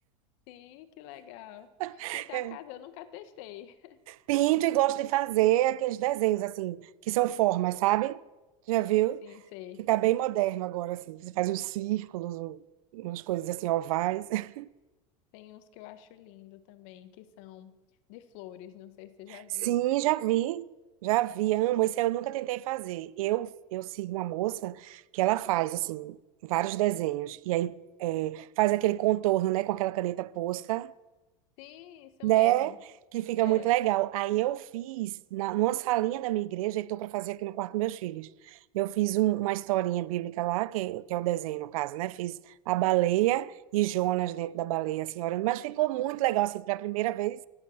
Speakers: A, on the left; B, on the right.
A: Sim, que legal.
B: <laughs>
A: Pintar a casa eu nunca testei.
B: Pinto e gosto de fazer aqueles desenhos, assim, que são formas, sabe? Já
A: Sim,
B: viu?
A: sim, sei.
B: que tá bem moderno agora, assim. Você faz uns círculos, um- umas coisas assim, ovais. <laughs>
A: Tem uns que eu acho lindo também, que são de flores, não sei se você já viu.
B: Sim, já vi. Já vi, amo. Esse eu nunca tentei fazer. Eu, eu sigo uma moça que ela faz, assim, vários desenhos. E aí é, faz aquele contorno, né, com aquela caneta Posca.
A: Sim, isso
B: né?
A: mesmo.
B: Que fica
A: É,
B: muito legal. Aí eu fiz, na, numa salinha da minha igreja, e estou para fazer aqui no quarto dos meus filhos. Eu fiz um- uma historinha bíblica lá, que, que é o desenho, no caso, né? Fiz a baleia e Jonas dentro da baleia, assim, orando. Mas ficou muito legal, assim, para a primeira vez.